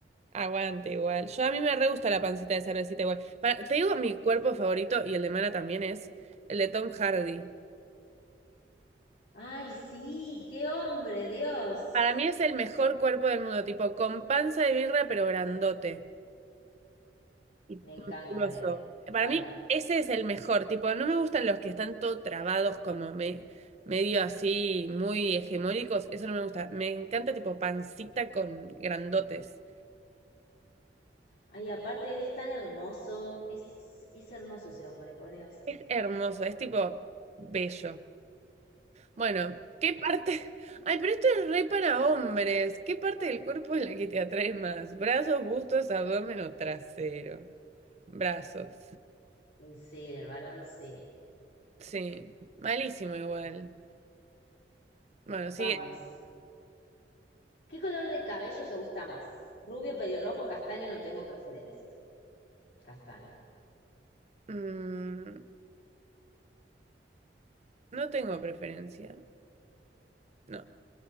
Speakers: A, on the right; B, on the left.
A: aguante igual. Yo a mí me re gusta la pancita de cervecita igual. Para- te digo, mi cuerpo favorito y el de Mana también es el de Tom Hardy.
B: Ay, sí, qué hombre, Dios.
A: Para mí es el mejor cuerpo del mundo, tipo con panza de birra pero grandote. y
B: Me encanta
A: musculoso.
B: él, me
A: Para
B: encanta.
A: mí, ese es el mejor. Tipo, no me gustan los que están todo trabados, como me- medio así, muy hegemónicos. Eso no me gusta. Me encanta, tipo, pancita con grandotes.
B: Ay, aparte, él es tan hermoso, es, es, es hermoso ese hombre, por Dios.
A: Es hermoso, es tipo bello. Bueno, ¿qué parte? <laughs> Ay, pero esto es re para hombres. ¿Qué parte del cuerpo es la que te atrae más? ¿Brazos, bustos, abdomen o trasero? Brazos.
B: Y sí, del varón sí.
A: Sí. Malísimo igual. Bueno,
B: Vamos.
A: sigue.
B: ¿Qué color de cabello te gusta más? Rubio, pelirrojo, castaño, no tengo preferencia. Castaño.
A: Mm, No tengo preferencia. No.